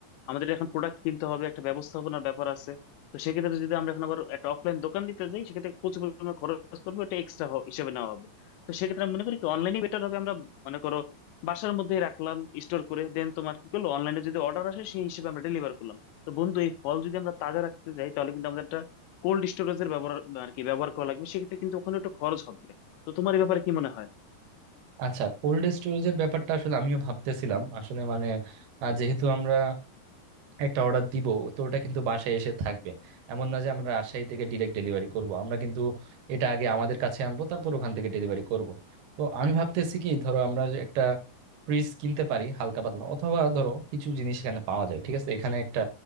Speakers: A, on the left; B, on the right.
A: আমাদের এখন প্রোডাক্ট কিনতে হবে একটা ব্যবস্থাপনার ব্যাপার আছে তো সেক্ষেত্রে যদি আমরা এখন আবার একটা অফলাইন দোকান দিতে যাই সেক্ষেত্রে প্রচুর পরিমাণে খরচ করবো এটা এক্সট্রা হিসেবে নেওয়া হবে তো সেক্ষেত্রে আমি মনে করি কি অনলাইনে বেটার হবে আমরা মনে করো বাসার মধ্যেই রাখলাম স্টোর করে দেন তোমার কি করলো অনলাইনে যদি অর্ডার আসে সেই হিসেবে আমরা ডেলিভার করলাম তো বন্ধু এই ফল যদি আমরা তাজা রাখতে যাই তাহলে কিন্তু আমাদের একটা কোল্ড স্টোরেজের ব্যবহার আর কি ব্যবহার করা লাগবে সেক্ষেত্রে কিন্তু ওখানে একটু খরচ হবে তো তোমার এই ব্যাপারে কি মনে হয়
B: আচ্ছা কোল্ড স্টোরেজের ব্যাপারটা আসলে আমিও ভাবতেছিলাম আসলে মানে আহ, যেহেতু আমরা একটা অর্ডার দিব তো ওটা কিন্তু বাসায় এসে থাকবে এমন না যে আমরা রাজশাহী থেকে ডিরেক্ট ডেলিভারি করব আমরা কিন্তু এটা আগে আমাদের কাছে আনবো তারপর ওখান থেকে ডেলিভারি করব তো আমি ভাবতেছি কি ধরো আমরা যে একটা ফ্রিজ কিনতে পারি হালকা পাতলা অথবা ধরো কিছু জিনিস এখানে পাওয়া যায় ঠিক আছে এখানে একটা